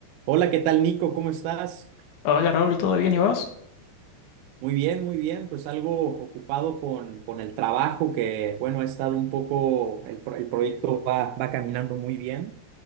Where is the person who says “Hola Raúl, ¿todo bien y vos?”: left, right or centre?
Left